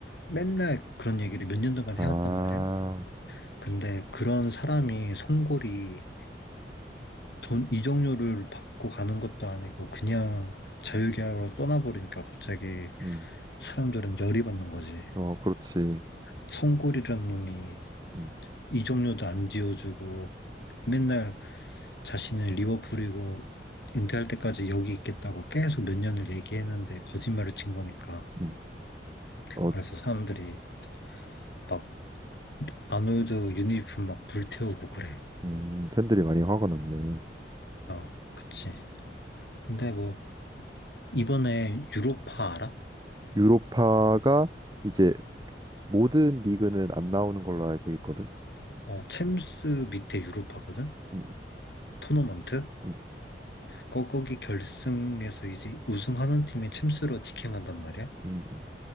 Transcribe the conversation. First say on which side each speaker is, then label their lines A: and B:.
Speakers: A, on the left; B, on the right.
A: 맨날 그런 얘기를 몇 년 동안
B: 아,
A: 해왔단 말이야. 근데 그런 사람이 송골이 돈 이적료를 받고 가는 것도 아니고 그냥 자유계약으로 떠나버리니까 갑자기
B: 음,
A: 사람들은 열이 받는 거지.
B: 어, 그렇지.
A: 송골이라는 놈이
B: 음,
A: 이적료도 안 지어주고 맨날 자신은 리버풀이고 은퇴할 때까지 여기 있겠다고 계속 몇 년을 얘기했는데 거짓말을 친 거니까.
B: 음. 어,
A: 그래서 사람들이 막 아놀드 유니폼 막 불태우고 그래.
B: 음, 팬들이 많이 화가 났네.
A: 어, 그치. 근데 뭐 이번에 유로파 알아?
B: 유로파가 이제 모든 리그는 안 나오는 걸로 알고 있거든.
A: 어, 챔스 밑에 유로파거든?
B: 음,
A: 토너먼트?
B: 음,
A: 거, 거기 결승에서 이제 우승하는 팀이 챔스로 직행한단 말이야.
B: 음. 음.